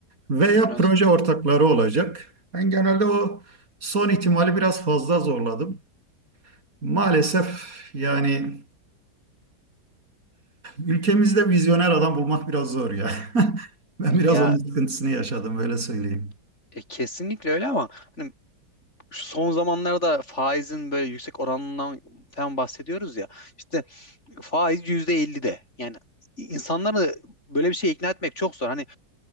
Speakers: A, on the right (about 45°); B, on the left (about 35°).
A: Veya
B: Evet.
A: proje ortakları olacak. Ben genelde o son ihtimali biraz fazla zorladım. Maalesef yani ülkemizde vizyoner adam bulmak biraz zor ya. <laughs> Ben
B: Ya
A: biraz onun sıkıntısını yaşadım öyle söyleyeyim.
B: e, kesinlikle öyle ama hani şu son zamanlarda faizin böyle yüksek oranından falan bahsediyoruz ya. İşte faiz yüzde elli de. Yani insanları böyle bir şey ikna etmek çok zor. Hani